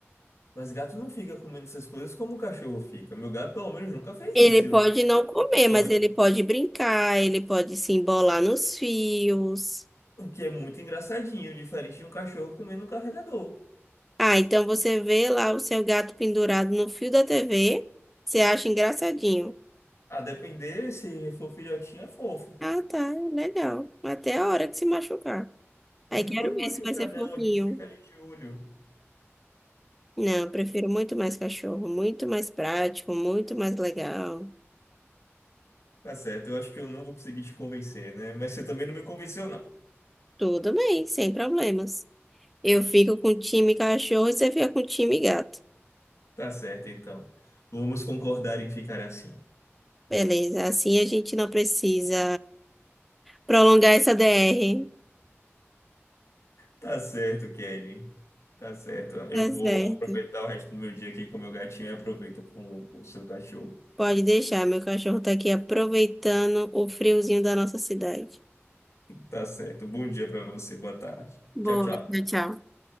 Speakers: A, on the left (about 75°); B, in the centre.
A: Mas gato não fica comendo essas coisas como o cachorro fica. Meu gato, pelo menos, nunca fez
B: Ele
A: isso. Eu
B: pode
A: não
B: não comer,
A: ignore.
B: mas ele pode brincar, ele pode se embolar nos fios.
A: O que é muito engraçadinho, diferente de um cachorro comendo um carregador.
B: Ah, então você vê lá o seu gato pendurado no fio da TV, você acha engraçadinho.
A: A depender, se for filhotinho, é fofo.
B: Ah, tá, legal. Até a hora que se machucar.
A: <laughs>
B: Aí
A: Mas
B: quero
A: não machuca,
B: ver se vai ser
A: não.
B: fofinho.
A: A gente fica ali de olho.
B: Não, eu prefiro muito mais cachorro, muito mais prático, muito mais legal.
A: Tá certo, eu acho que eu não vou conseguir te convencer, né? Mas você também não me convenceu, não.
B: Tudo bem, sem problemas. Eu fico com o time cachorro e você fica com o time gato.
A: Tá certo, então. Vamos concordar em ficar assim.
B: Beleza, assim a gente não precisa prolongar essa DR.
A: Tá certo, Kelly. Tá certo.
B: Tá
A: Eu vou
B: certo.
A: aproveitar o resto do meu dia aqui com o meu gatinho e aproveito com o seu cachorro.
B: Pode deixar, meu cachorro tá aqui aproveitando o friozinho da nossa cidade.
A: Tá certo. Bom dia pra você. Boa tarde.
B: Boa,
A: Tchau, tchau.
B: tchau, tchau.